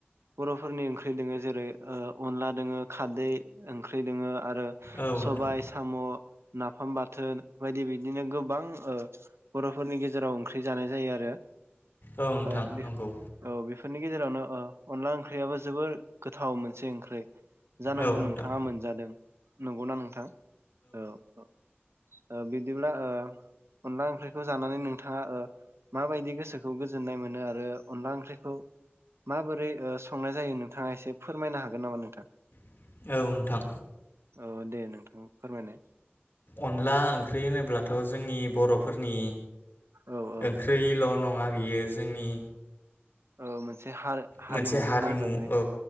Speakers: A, on the right; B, on the left.
A: बर'फोरनि ओंख्रि दोङो जेरै अनला दोङो खारदै ओंख्रि दोङो। आरो
B: औ नोंथां
A: सबाइ साम'। नाफाम बाथोन बायदि बिदिनो गोबां ओ बर'फोरनि गेजेराव ओंख्रि जानाय जायो आरो।
B: औ नोंथां
A: ओ बेफ
B: नंगौ
A: औ बेफ फोरनि गेजेरावनो ओ अनला ओंख्रियाबो जोबोर गोथाव मोनसे ओंख्रि। जानांगौ
B: औ नोंथां
A: नोंथाङा मोनजादों नंगौना नोंथां औ औ। ओ बिदिब्ला ओ अनला ओंख्रि खौ जानानै नोंथाङा ओ माबायदि गोसोखौ गोजोननाय मोनो आरो अनला ओंख्रिखौ माबोरै ओ संनाय जायो नोंथाङा एसे फोरमायनो हागोन नामा नोंथां?
B: औ नोंथां
A: औ दे नोंथां फोरमायनाय
B: अनला ओंख्रि होनोब्लाथ' जोंनि बर'फोरनि
A: औ औ
B: ओंख्रिल' नङा बियो जोंनि
A: औ मोन एसे हा हारिमुजों
B: मोनसे हारिमु
A: नांजाबनाय
B: औ